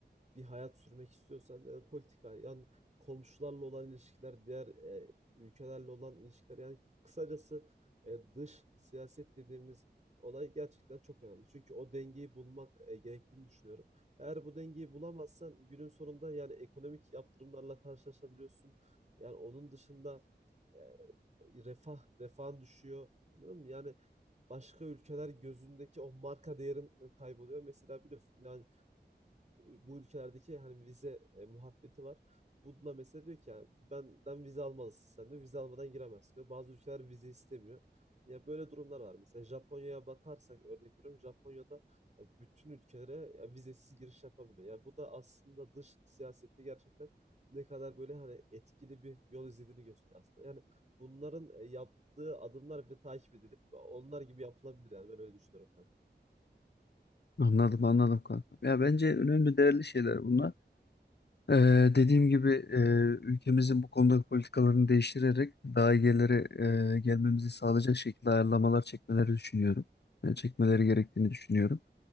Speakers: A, on the right; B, on the left.
A: bir hayat sürmek istiyorsan e, politika yani komşularla olan ilişkiler, diğer e, ülkelerle olan ilişkiler yani kısacası e, dış siyaset dediğimiz olay gerçekten çok önemli. Çünkü o dengeyi bulmak e, gerektiğini düşünüyorum. Eğer bu dengeyi bulamazsan günün sonunda yani ekonomik yaptırımlarla karşılaşabiliyorsun. Yani onun dışında, eee, refah refahın düşüyor. Anladın mı? Yani başka ülkeler gözündeki o marka değerin, kayboluyor. Mesela biliyorsun yani bu ülkelerdeki hani vize, eee, muhabbeti var. Bunda mesela diyor ki yani benden vize almalısın sen diyor. Vize almadan giremezsin diyor. Bazı ülkeler vize istemiyor. Ya böyle durumlar var. Mesela Japonya'ya bakarsak örnek veriyorum. Japonya'da ya bütün ülkelere ya vizesiz giriş yapabiliyor. Ya bu da aslında dış siyasette gerçekten ne kadar böyle hani etkili bir yol izlediğini gösteriyor aslında. Yani bunların, eee, yaptığı adımlar bile takip edilip onlar gibi yapılabilir yani ben öyle düşünüyorum kanka.
B: Anladım anladım kanka. Ya bence önemli değerli şeyler bunlar. Ee, dediğim gibi e, ülkemizin bu konudaki politikalarını değiştirerek daha iyi yerlere e, gelmemizi sağlayacak şekilde ayarlamalar çekmeleri düşünüyorum. E, çekmeleri gerektiğini düşünüyorum.